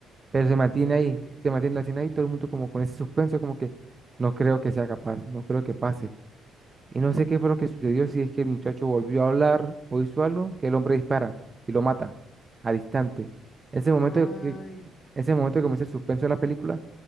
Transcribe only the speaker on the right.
Pero se mantiene
ahí,
se mantiene la escena ahí, todo el mundo como con ese suspenso, como que no creo que sea capaz, no creo que pase. Y no sé qué fue lo que sucedió, si es que el muchacho volvió a hablar o hizo algo, que el hombre dispara y lo mata al instante. Ese
momento que, ese momento que comienza el suspenso de la película